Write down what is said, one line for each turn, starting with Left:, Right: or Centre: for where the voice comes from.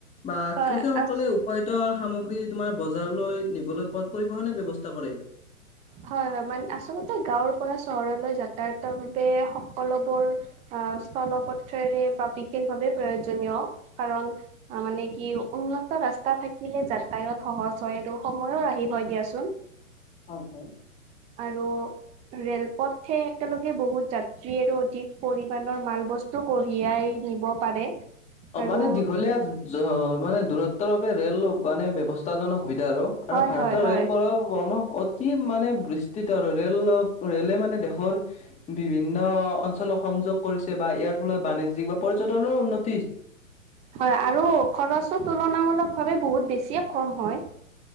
Left: বা
Right: হয়
Left: কৃষকসকলে
Right: আ
Left: উৎপাদিত সামগ্ৰী তোমাৰ বজাৰলৈ নিবলৈ পথ পৰিবহণ ব্যৱস্থা কৰে।
Right: হয়, হয়। মানে আচলতে গাঁৱৰ পৰা চহৰলৈ যাতায়াতৰ বাবে সকলোবোৰ আহ স্থলপথেৰে বা বিশেষভাৱে প্ৰয়োজনীয় কাৰণ মানে কি উন্নত ৰাস্তা থাকিলে যাতায়ত সহজ হয় আৰু সময়ো ৰাহি হয় দিয়াচোন
Left: হয়, হয়।
Right: আৰু ৰেলপথহে একেলগে বহুত যাত্ৰী আৰু অধিক পৰিমণৰ মাল বস্তু টো কঢ়িয়াই নিব পাৰে।
Left: অ',
Right: আৰু
Left: মানে দীঘলীয়া মানে দূৰত্বৰ বাবে ৰেল মানে ব্যৱস্থা উত্তাজক সুবিধা আৰু আৰু
Right: হয়
Left: ভাৰতৰ
Right: হয় হয়
Left: ৰেল পৰাও কি মানে বৃষ্টিত আৰু ৰেল ৰেলে মানে দেশৰ বিভিন্ন অঞ্চলক সংযোগ কৰিছে বা ইয়াৰ ফলত বাণিজ্যিক বা পৰ্যটনৰ উন্নত
Right: হয় আৰু খৰচো তুলনামূলক ভাৱে বহুত বেছিয়ে কম হয়।